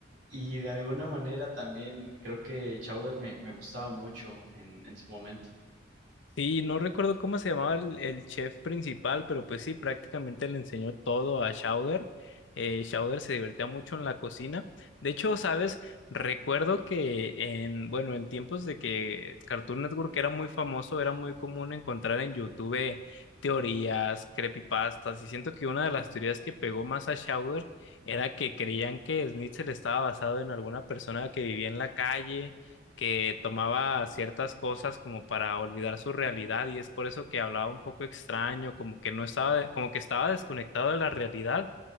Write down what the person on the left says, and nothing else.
Sí, no recuerdo cómo se llamaba el, el chef principal, pero pues sí, prácticamente le enseñó todo a Chowder. Eh, Chowder se divertía mucho en la cocina. De hecho, sabes, recuerdo que en, bueno, en tiempos de que Cartoon Network era muy famoso, era muy común encontrar en YouTube teorías, creepypastas, y siento que una de las teorías que pegó más a Chowder era que creían que Snitzel estaba basado en alguna persona que vivía en la calle que tomaba ciertas cosas como para olvidar su realidad y es por eso que hablaba un poco extraño, como que no estaba, como que estaba desconectado de la realidad.